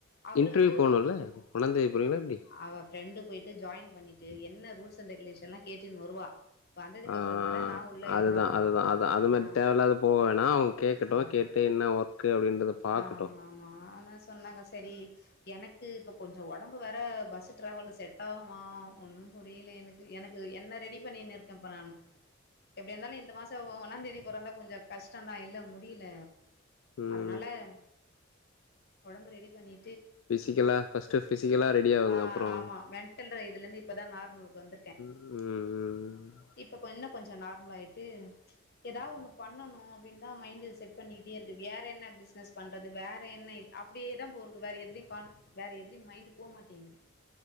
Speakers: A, on the left (about 50°); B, on the left (about 80°).
A: அவரு
B: இன்டர்வியூ
A: வந்து
B: போணுல்ல ஒன்னாந்தேதி போறீங்களா எப்டி
A: அவ ஃப்ரெண்ட்டு போய்ட்டு ஜாயின் பண்ணிட்டு என்ன ரூல்ஸ் அண்ட் ரெகுலேஷன்லா கேட்டுன்னு வருவா வந்ததுக்கு
B: ஆ
A: அப்புறமா தா நா உள்ள என்டர்
B: அதுதா
A: ஆகணு
B: அதுதா அது அந்த மாறி
A: ஆ
B: தேவ இல்லாம போ வேணா அவங்க கேக்கட்டும்
A: ஆ
B: கேட்டு என்ன ஒர்க்கு அப்டின்றத பாக்கட்டு
A: ஆமா ஆமா ஆனா சொன்னாங்க சரி எனக்கு இப்ப கொஞ்சோ ஒடம்பு வேற பஸ் டிராவல் செட் ஆவுமா ஒன்னும் புரியல எனக் எனக்கு என்ன ரெடி பண்ணின்னு இருக்கே இப்ப நானு எப்டி இருந்தாலு இந்த மாசோ ஒன்னாந்தேதி பொறந்தா கொஞ்சோ கஷ்டந்தா இல்ல முடியல
B: ம்
A: நல்ல ம் கொழம்பு ரெடி பண்ணி
B: ஃபிசிக்கலா ஃபஸ்ட்டு ஃபிசிக்கலா ரெடி ஆவுங்க
A: ஆ
B: அப்றோ
A: ஆமா மென்டல்ன்ற இதுல இருந்து இப்பதா நார்மல்க் வந்திர்க்கே
B: ம் ம் ம்
A: இப்ப கொஞ்சுனா கொஞ்சோ நார்ம்ல் ஆய்ட்டு எதா ஒன்னு பண்ணணு அப்டின் தா மைண்டு செட் பண்ணிட்டே இருக்கு வேற என்ன பிஸ்னஸ் பண்றது வேற என்ன இது அப்டியேதா போறுது வேற எதிலியு கான் வேற எதிலியு மைண்டு போ மாட்டேங்குது